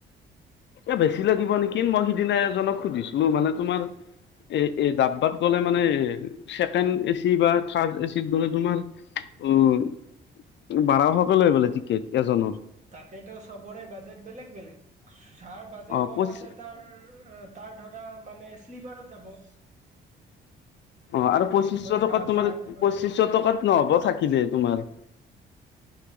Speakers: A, on the left; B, on the right.
A: এ বেছি লাগিব নেকি? মই সিদিনা এজনক সুধিছিলো মানে তোমাৰ এ, এ ডাব্বাত গ'লে মানে ছেকেণ্ড এচি বা থাৰ্ড এচিত <unintelligible> বাৰশকে লয় বোলে টিকেট এজনৰ।
B: তাকেতো চবৰে বাজেট বেলেগ-বেলেগ। যাৰ বাজেট
A: অ
B: কম
A: পঁচি
B: আছে তাৰ তাৰ ধৰা মানে, শ্লিপাৰত যাব।
A: অ' আৰু পঁচিশ শ টকাত
B: যাৰ
A: তোমাৰ
B: যাৰ
A: পঁচিশ শ টকাত নহ'ব
B: হয়
A: থাকিলে তোমাৰ।